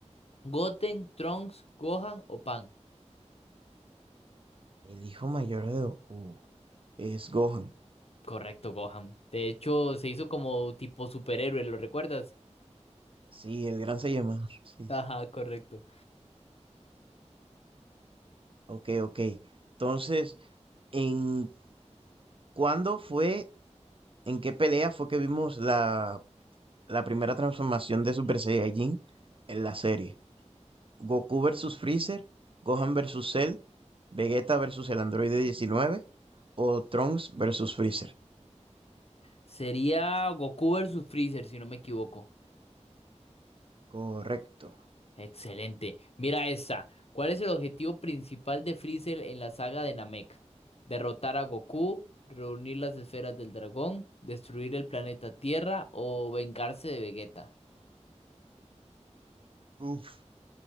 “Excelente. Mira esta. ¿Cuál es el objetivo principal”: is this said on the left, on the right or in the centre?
Left